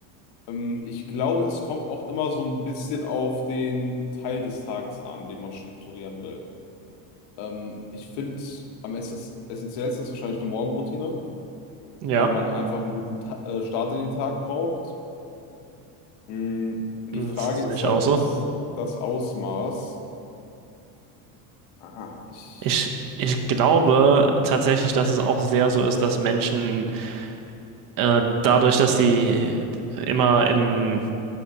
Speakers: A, on the left (about 60°); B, on the right (about 45°).
A: Ähm, ich glaube, es kommt auch immer so ein bisschen auf den Teil des Tages an, den man strukturieren will. Ähm, ich finde, am ess- essentiellsten ist wahrscheinlich eine Morgenroutine.
B: ja,
A: weil man einfach einen guten Ta äh, Start in den Tag braucht. Mm, Die
B: das
A: Frage
B: ist
A: ist
B: echt
A: halt
B: auch so.
A: jetzt das Ausmaß. Aha, ich,
B: Ich,
A: ich
B: ich glaube tatsächlich, dass es auch sehr so ist, dass Menschen äh, dadurch, dass sie immer in